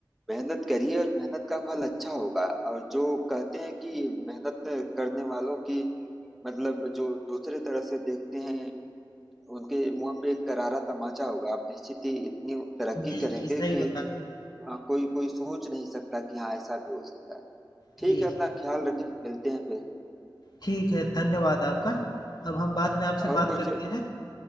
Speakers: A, in the centre; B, on the left.
A: मेहनत करिए और मेहनत का फल अच्छा होगा और जो कहते हैं कि मेहनत करने वालों की मतलब जो दूसरे तरह से देखते हैं उनके मुंह पे एक करारा तमाचा होगा आप निश्चित ही इतनी तरक्की
B: जी,
A: करेंगे
B: जी, सही
A: कि
B: बता रहे हैं।
A: आ, कोई कोई सोच नहीं सकता कि हाँ ऐसा भी हो सकता है ठीक
B: जी,
A: है
B: जी।
A: अपना ख्याल रखें मिलते हैं फिर
B: ठीक है, धन्यवाद आपका। अब हम बाद में आपसे
A: और
B: बात
A: कुछ
B: करते हैं।